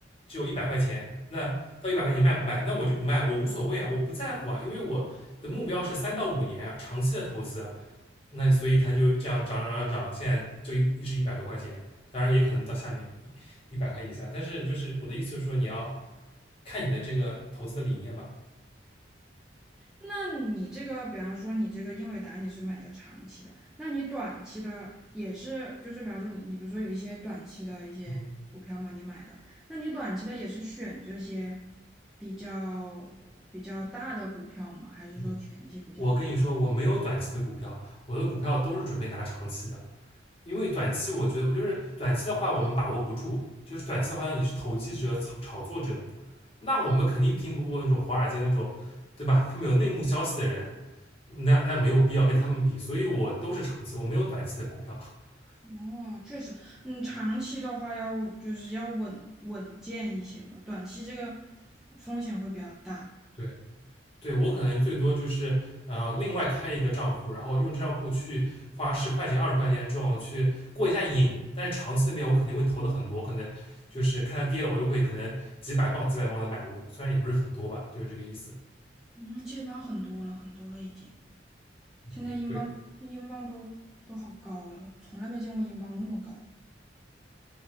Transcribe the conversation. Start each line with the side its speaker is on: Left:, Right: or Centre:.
Left: 只有一百块钱，那到一百块钱你卖不卖？那我就不卖，我无所谓啊，我不在乎啊，因为我的目标是三到五年啊，长期的投资啊那所以他就这样涨涨涨涨，现在就一一直一百多块钱，当然也可能到下面一百块以下。但是就是我的意思就是说，你要看你的这个投资的理念吧。
Centre: 那你这个，比方说你这个英伟达你是买的长期的，那你短期的也是，就是比方说你你比如说有一些短期的一些股票吗？
Left: 嗯
Centre: 你买的，那你短期的也是选这些比较比较大的股票吗？还是说选一些比较？
Left: 嗯，我跟你说，我没有短期的股票，我的股票都是准备拿长期的。因为短期我觉得就是短期的话我们把握不住，就是短期的话像你是投机者、炒炒作者，那我们肯定拼不过那种华尔街那种，对吧？他们有内幕消息的人，那那没有必要跟他们比，所以我都是长期，我没有短期的股票。<laughs>
Centre: 哦，确实，嗯，长期的话要就是要稳稳健一些吧，短期这个风险会比较大。
Left: 对，对我可能最多就是呃，另外开一个账户，然后用这账户去花十块钱、二十块钱这种去过一下瘾。但是长期那边我肯定会投的很多，可能就是看它跌了，我又会可能几百磅、几百磅的买入，虽然也不是很多吧，就是这个意思。
Centre: 嗯，接班很多了，很多了已经。现在英镑英镑都都好高了，
Left: 嗯，对
Centre: 从来没见过英镑那么高。